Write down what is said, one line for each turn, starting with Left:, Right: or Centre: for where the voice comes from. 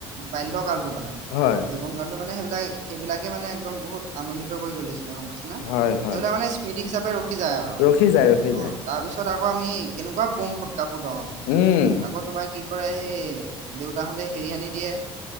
Right: বাল্য কালটো মানে
Left: হয়।
Right: জীৱন কালটো মানে সেইবিলাক সেইবিলাকে মানে একদম বহুত আনন্দিত কৰি তুলিছিলে গম পাইছ নে
Left: হয়, হয়,
Right: সেইবিলাকে মানে স্মৃতি হিচাপে ৰখি আৰু অ
Left: ৰখি যায়, ৰখি যায়,
Right: তাৰ পিছত আকৌ আমি কেনেকুৱা বম ফটকা ফুটাও আকৌ
Left: উম।
Right: আকৌ তোমাৰ কি কৰে সেই দেউতাহঁতে হেৰি আনি দিয়ে।